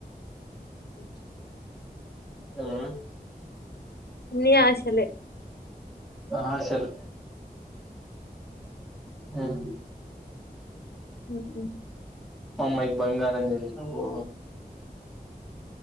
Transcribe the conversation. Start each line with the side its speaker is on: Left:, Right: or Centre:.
Left: వ
Centre: ఉమ్
Left: అన్నీ ఆశలే
Centre: ఆశలు ఉమ్
Left: ఉమ్
Centre: అమ్మా య్ కి బంగారం చూపించిన ఓ